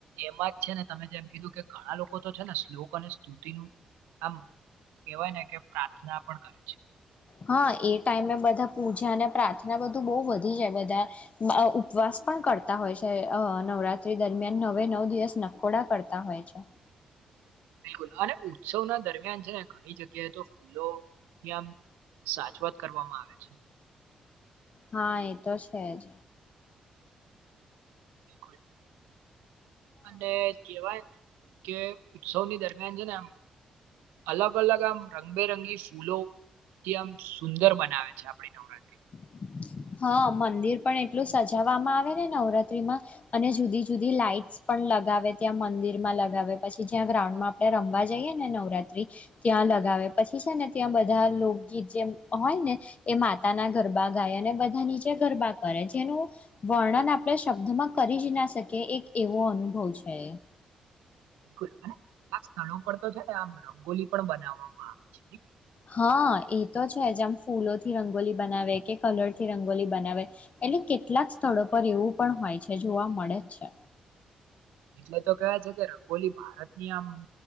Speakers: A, on the right; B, on the left.
A: એમાં જ છે ને તમે જેમ કીધું કે ઘણા લોકો તો છે ને શ્લોક અને સ્તુતિનું આમ કેવાય ને કે પ્રાર્થના પણ કરે છે.
B: હમ હા એ ટાઈમે બધા પૂજા અને પ્રાર્થના બધું બહુ વધી જાય બધા ઉપવાસ પણ કરતા હોય છે અ નવરાત્રી દરમિયાન નવે નવ દિવસ નકોડા કરતા હોય છે.
A: બિલકુલ અને ઉત્સવ ના દરમિયાન છે ને એની જગ્યાએ તો ફૂલો ત્યાંમ સાચવાત કરવામાં આવે છે.
B: હા એ તો છે જ
A: બકુલ અને કેવા કે ઉત્સવની દરમિયાન છે ને આમ અલગ અલગ આમ રંગબેરંગી ફૂલો એ આમ સુંદર બનાવે છે આપડી નવરાત્રી
B: હ. હા મંદિર પણ એટલું સજાવવામાં આવે ને નવરાત્રીમાં અને જુદી જુદી લાઈટસ પણ લગાવે ત્યાં મંદિર માં લગાવે પછી જ્યાં ગ્રાઉન્ડ માં આપણે રમવા જઈએ ને નવરાત્રી ત્યાં લગાવ પછી છે ને ત્યાં બધા લોકગીત જે હોય ને એ માતા ના ગરબા ગાય અને બધા નીચે ગરબા કરે જેનું વર્ણન આપણે શબ્દમાં કરી જ ના શકીએ એક એવો અનુભવ છે.
A: બિલકુલ અને કેટલાક સ્થળો પર તો છે ને આમ રંગોલી પણ બનાવવામાં આવે છે.
B: હા એ તો છે જ આમ ફૂલોથી રંગોલી બનાવે કે કલર થી રંગોલી બનાવે એટલે કેટલાક સ્થળો પર એવું પણ હોય છે જોવા મળે જ છે.
A: એટલે તો કેવા છે કે રંગોલી ભારતની આમ